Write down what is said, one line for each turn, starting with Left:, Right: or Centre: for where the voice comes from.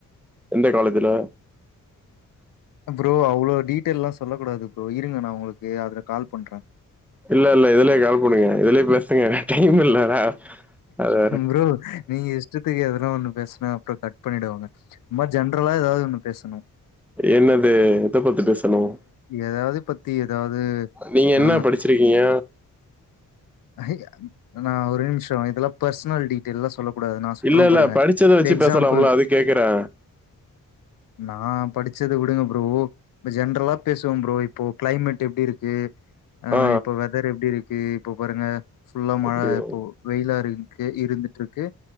Centre: எந்த காலேஜ்ல
Left: ப்ரோ அவ்வளோ டீட்டெயல் எல்லாம் சொல்லக் கூடாது ப்ரோ இருங்க நான் உங்களுக்கு அதுல கால் பண்றேன்
Centre: இல்ல இல்ல இதுலயே கால் பண்ணுங்க இதுலயே பேசுங்க டைம் இல்லடா அது வேற
Left: ப்ரோ நீங்க இஷ்ட தெரியாது ஒண்ணு பேச அப்புறம் கட் பண்ணிடுவாங்க இந்த மாதிரி ஜென்ரலா ஏதாவது ஒண்ணு பேசணும்
Centre: என்னது இத பத்த பேசனும்
Left: ஏதாவது பத்தி ஏதாவது
Centre: நீங்க என்ன
Left: ஆ
Centre: படிச்சிருக்கீங்க
Left: ஹ நான் ஒரே நிமிஷம் இதெல்லாம் பர்சனல் டீட்டெல்லாம் சொல்ல கூடாது நான் சொல்றேன்
Centre: இல்ல இல்ல
Left: பாருங்க
Centre: படிச்சத வச்சு
Left: எக்ஸாம்பிள்
Centre: பேசலாம்ல அது கேக்குறே
Left: நான் படிச்சதை விடுங்க ப்ரோ இப்ப ஜென்ரலா பேசுவோம் ப்ரோ இப்போ கிளைமேட் எப்படி இருக்கு ஆஹ்
Centre: ஆ
Left: இப்ப வெதர் எப்படி இருக்கு இப்ப பாருங்க ஃபுல்லா
Centre: அப்டியா
Left: மழை இப்போ வெயிலாறுக்கு இருந்துட்டு இருக்கு